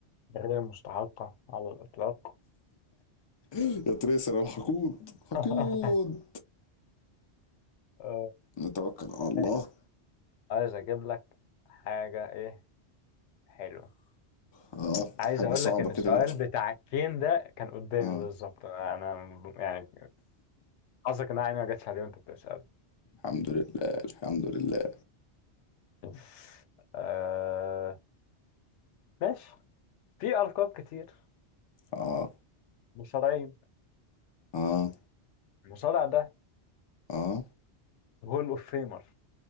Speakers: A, on the left (about 85°); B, on the left (about 45°).
A: غير مستحقة على الإطلاق
B: يا تريسر الحقود
A: <laughs>
B: حقود
A: آه،
B: نتوكل على الله
A: ماشي. عايز أجيب لك حاجة إيه حلوة
B: اه
A: عايز
B: حاجة
A: أقول
B: صعبة
A: لك إن
B: كده
A: السؤال
B: بقى
A: بتاع الكين ده كان قدامي
B: اه
A: بالظبط أنا أنا يعني حظك إن أنا عيني ما جاتش عليه وأنت بتسأل
B: الحمد لله الحمد لله
A: <laughs> آه ماشي في ألقاب كتير
B: اه
A: مصارعين
B: اه
A: المصارع ده
B: اه
A: هول أوف فيمر